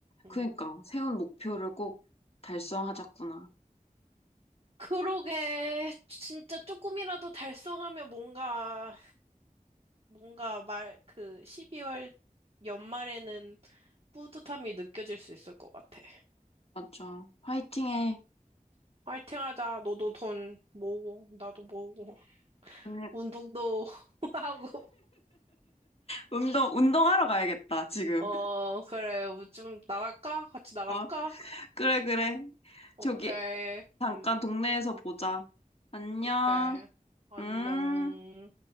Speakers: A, on the right; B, on the left.
A: 음.
B: 그니까, 세운 목표를 꼭 달성하자꾸나.
A: 그러게. 진짜 조금이라도 달성하면 뭔가, 뭔가 말, 그 12월 연말에는 뿌듯함이 느껴질 수 있을 것 같아.
B: 맞죠. 화이팅해.
A: 화이팅 하자. 너도 돈 모으고, 나도 모으고,
B: 오늘
A: 운동도 <laughs> 하고.
B: 운동, 운동하러 가야겠다, 지금.
A: 어, 그래. 좀 나갈까? 같이 나갈까?
B: 어? 그래, 그래.
A: 오케이.
B: 저기, 잠깐
A: 음,
B: 동네에서 보자. 안녕.
A: 오케이. 안녕.
B: 음.